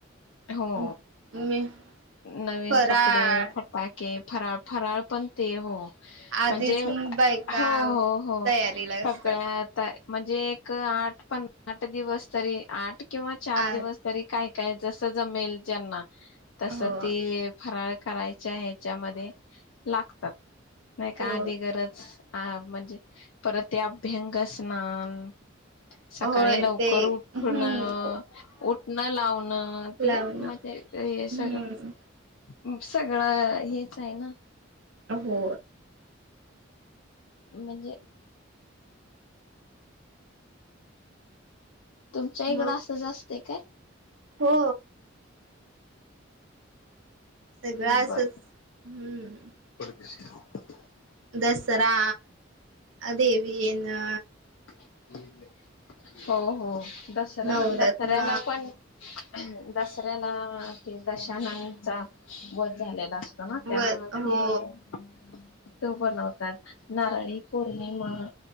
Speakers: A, on the left; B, on the right.
A: हो
B: मी
A: नवीन
B: फराळ
A: कपडे फटाके फराळ फराळ पण ते हो
B: आधीच
A: म्हणजे
B: बायका
A: हो हो हो
B: तयारीला
A: सगळ्या
B: असतात
A: आता म्हणजे एक आठ पन् आता दिवस तरी आठ किंवा चार
B: आ
A: दिवस तरी काय <inaudible> जस जमेल ज्यांना तस
B: हो
A: ते ले फरार करायच्या ह्याच्यामध्ये लागतात. नाही का
B: हो
A: आधी गरच अ म्हणजे परत ते अभ्यंग स्नान सकाळी
B: होय
A: लवकर
B: ते
A: उठून
B: हम्म
A: अअ उठणं लाव अ ते
B: लावणं
A: म्हजे ते
B: हम्म
A: सगळं सगळं हेच आहे ना
B: हो
A: म्हणजे तुमच्या इकडं
B: मग
A: असंच असतय काय?
B: हो. सगळं असच
A: बर
B: हम्म
A: <unintelligible>
B: दसरा देवी ना
A: <unintelligible> हो हो दसरा
B: नवरत्न
A: दसऱ्याला पण दसरा ते न ते दशाननाचा वध झालेला असतो. त्यान त्यामुळे
B: व
A: ते
B: हो
A: तो बनवतात नारळी पौर्णिमा